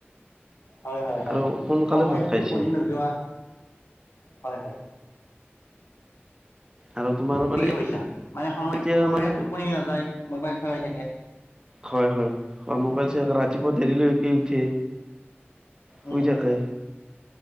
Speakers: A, on the left; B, on the right.
A: হয়, হয়, হয়,
B: আৰু সোনকালে
A: সময়ত
B: ভাত খাইছিল
A: টোপনি নোযোৱা হয়, হয়,
B: আৰু তোমাৰ
A: ঠিকে
B: মানে
A: কৈছা। মানে সময়
B: এতিয়া
A: সময়ত
B: মানে
A: টোপনি নাযায় মোবাইল খেলাই থাকে।
B: হয়, হয়, হয়, মোবাইল চাই ৰাতিপুৱা দেৰিলৈ কে উঠে শুই
A: উম
B: থাকে
A: উম